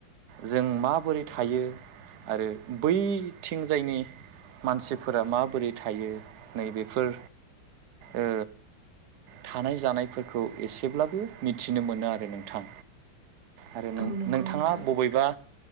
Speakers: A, on the right; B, on the right.
A: जों माबोरै थायो आरो बैथिंजायनि मानसिफोरा माबोरै थायो नैबेफोर ओ थानाय जानायफोरखौ एसेब्लाबो मिथिनो मोनो आरो नोंथां। आरो नों
B: औ नंगौ
A: नोंथाङा
B: नोंथां
A: बबेबा